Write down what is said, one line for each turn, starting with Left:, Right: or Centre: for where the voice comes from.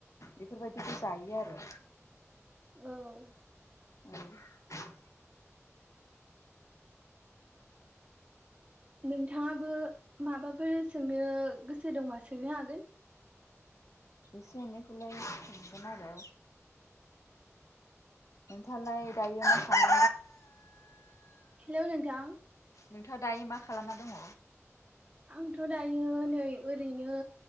Left: बेफोरबायदिखौ जायो आरो
Right: औ
Left: <inaudible>
Right: नोंथाङाबो माबाफोर सोंनो गोसो दंबा सोंनो हागोन?
Left: एसे एनैखौलाय समगोन आरो। नोंथां लाय दायो माखामदों।
Right: हेल' नोंथां
Left: नोंथाङा दायो मा खालामना दङ?
Right: आंथ' दायो नै ओरैनो